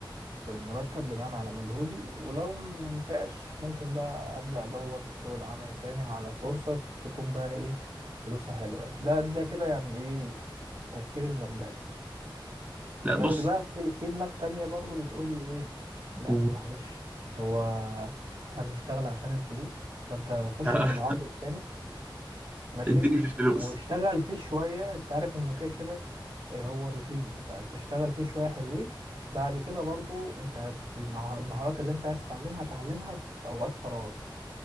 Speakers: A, on the right (about 85°); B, on the right (about 20°).
A: في المرتب بناء على مجهودي ولو ما نفعش ممكن بقى ابدا ادور في سوق العمل تاني على فرصه تكون بقى ايه فلوسها حلوه ده ده كده يعني ايه التفكير المبدئي
B: لا
A: بس
B: بص
A: بقى في في دماغ تانية برضو بتقول لي ايه لا
B: قول.
A: معلش هو احنا بنشتغل عشان الفلوس فانت خش
B: <laughs>
A: في العرض التاني ماشي
B: اديني في الفلوس
A: واشتغل فيه شوية انت عارف انه كده كده آه، هو روتيني فانت اشتغل فيه شوية حلوين بعد كده برضو انت هت- المع- المهارات اللي انت عايز تعلمها تعلمها في اوقات فراغك